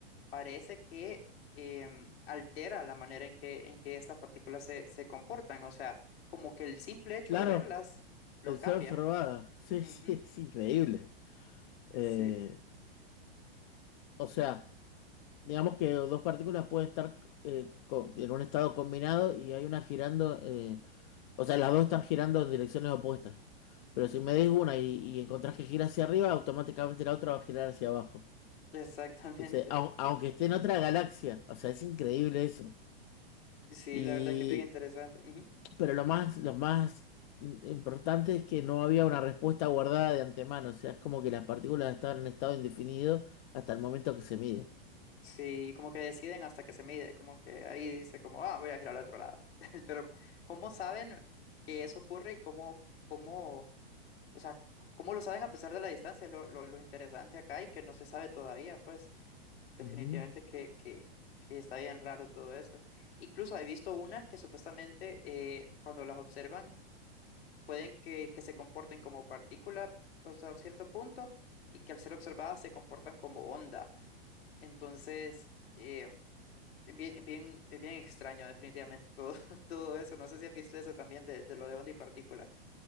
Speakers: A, on the left (about 80°); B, on the left (about 50°).
A: parece que em, altera la manera en que, en que estas partículas se, se comportan, o sea, como que el simple hecho
B: claro,
A: de verlas lo
B: el
A: cambia.
B: ser observada. <laughs> Sí,
A: Ujú.
B: sí, es increíble. Eh,
A: Sí,
B: o sea, digamos que dos partículas pueden estar eh, co- en un estado combinado y hay una girando, eh, o sea, las dos están girando en direcciones opuestas. Pero si me des una y, y encontrás que gira hacia arriba, automáticamente la otra va a girar hacia abajo.
A: exactamente.
B: Dice, "Au- aunque esté en otra galaxia, o sea, es increíble eso.
A: Sí,
B: Y,
A: la verdad que es bien interesante. Ujú.
B: pero lo más, lo más importante es que no había una respuesta guardada de antemano, o sea, es como que las partículas estaban en estado indefinido hasta el momento que se mide.
A: Sí, como que deciden hasta que se mide, como que ahí dice como, ah, voy a girar al otro lado. <laughs> Pero, ¿cómo saben que eso ocurre y cómo, cómo, o sea, c- cómo lo saben a pesar de la distancia? Lo, lo, lo interesante acá y que no se sabe todavía, pues, definitivamente
B: Ujú.
A: que, que, que está bien raro todo eso. Incluso he visto unas que supuestamente eh, cuando las observan pueden que, que se comporten como partícula hasta cierto punto y que al ser observadas se comportan como onda. Entonces... eh, Bien, bien, es bien extraño, definitivamente, todo, <laughs> todo eso. No sé si has visto eso también de, de lo de onda y partícula.